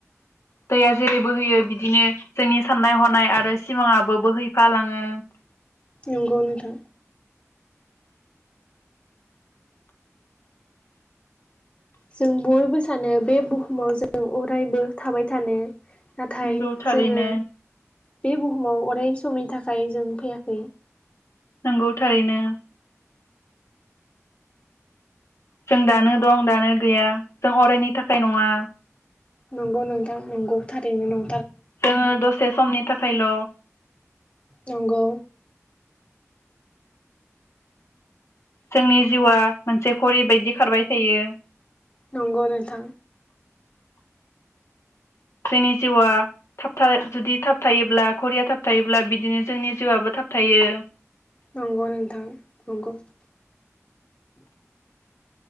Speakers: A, on the left (about 60°); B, on the left (about 25°).
A: दैया जेरै बोहैयो बिदिनो जोंनि साननाय हनाय आरो सिमाङाबो बोहैफालाङो।
B: नंगौ नोंथां। जों बयबो सानो बे बुहुमाव जों अरायबो थाबाय थानो। नाथाय
A: नंगौ थारैनो
B: जोङो बे बुहुमाव अराय समनि थाखाय जों फैयाखै।
A: नंगौ थारैनो। जों दानो दं दानो गैया जों अरायनि थाखाय नङा।
B: नंगौ नोंथां नंगौ थारैनो नं
A: जोङो दसे समनि थाख खायल
B: नंगौ।
A: जोंनि जिउआ मोनसे घरि बायदि खारबाय थायो।
B: नंगौ नोंथां।
A: जोंनि जिउआ थाबथा जुदि थाबथायोब्ला घरिया थाबथायोब्ला बिदिनो जोंनि जिउआबो थाबथायो।
B: नंगौ नोंथां नंगौ।